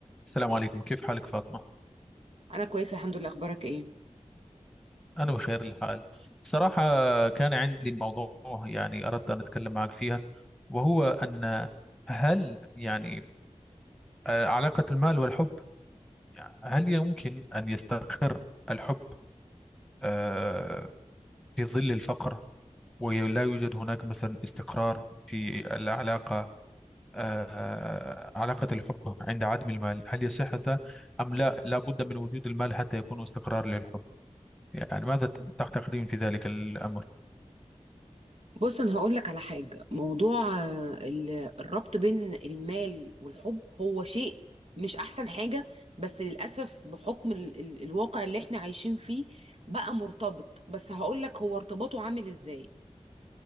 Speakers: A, in the centre; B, on the right.
A: السلام عليكم كيف حالك فاطمة؟
B: انا كويسه الحمد لله اخبارك ايه
A: أنا بخير الحال صراحة كان عندي موضوع يعني أردت أن أتكلم معك فيها وهو أن هل يعني آه، علاقة المال والحب يعني هل يمكن أن يستقر الحب آه، في ظل الفقر ولا يوجد هناك مثلا استقرار في العلاقة آه، علاقة الحب عند عدم المال هل يصح هذا أم لا لا بد من وجود المال حتى يكون استقرار للحب يعني ماذا ت- تعتقدين في ذلك الأمر؟
B: بص انا هقول لك على حاجه موضوع آه، ال- الربط بين المال والحب هو شيء مش احسن حاجه بس للاسف بحكم ال ال الواقع اللي احنا عايشين فيه بقى مرتبط بس هقول لك هو ارتباطه عامل ازاي